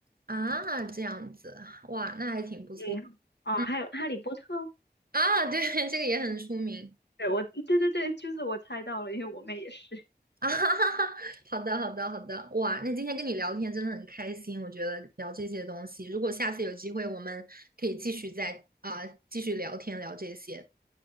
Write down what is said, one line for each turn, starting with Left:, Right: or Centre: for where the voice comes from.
Right: 啊，这样子，哇，那还挺不错。
Left: 嗯，哦，还有《哈利波特》
Right: 嗯，<laughs> 啊，对，<laughs> 这个也很出名
Left: 对，我，对对对，就是我猜到了，因为我妹也是。
Right: 啊。<laughs> 哈哈哈，好的好的好的，哇，那今天跟你聊天真的很开心，我觉得聊这些东西，如果下次有机会，我们可以继续再啊、继续聊天聊这些。